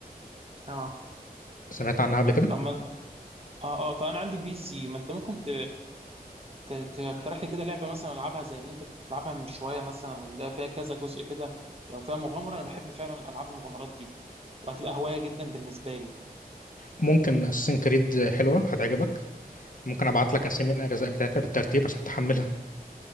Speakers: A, on the right (about 40°); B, on the left (about 55°).
A: اه
B: سمعت عنها قبل كده
A: طب ما اه اه طب انا عندي بي سي ما انت ممكن ت... ت... تقترح لي كده لعبه مثلا العبها زي اللي انت كنت بتلعبها من شويه مثلا اللي هي فيها كذا جزء كده لو فيها مغامره انا بحب فعلا العاب المغامرات دي وهتبقى هوايه جدا بالنسبه لي
B: ممكن اساسن كريد حلوه هتعجبك ممكن ابعت لك اسامي الاجزاء بتاعتها بالترتيب عشان تحملها